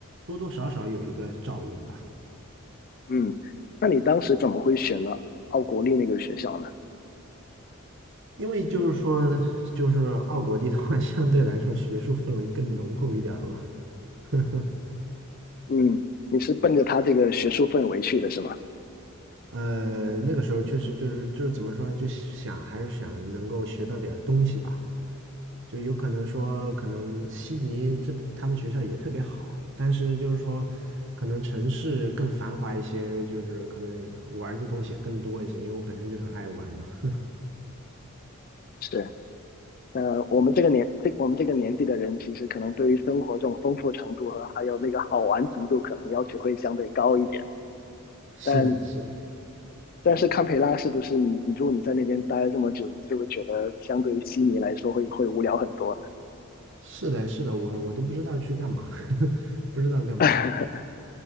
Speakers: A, on the right (about 60°); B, on the left (about 45°).
A: 多多少少有一个照应吧。
B: 嗯，那你当时怎么会选了奥国立那个学校呢？
A: 因为就是说，就是奥国地的话，<laughs> 相对来说学术氛围更浓厚一点儿吧。<laughs>
B: 嗯，你是奔着他这个学术氛围去的是吗？
A: 呃，那个时候确实就是就是怎么说呢就想还是想能够学到点儿东西吧。就有可能说，可能悉尼这边他们学校也特别好，但是就是说，可能城市更繁华一些，就是可能玩儿的东西也更多一些，因为我本身就很爱玩嘛。<laughs>
B: 是。呃，我们这个年，这我们这个年纪的人，其实可能对于生活这种丰富程度和还有那个好玩程度，可能要求会相对高一点。
A: 是的，
B: 但
A: 是的，
B: 但是堪培拉是不是你你如果你在那边待了这么久，你就会觉得相对于悉尼来说会会无聊很多呢？
A: 是的，是的，我我都不知道去干嘛，<laughs> 不知道干嘛。
B: <laughs>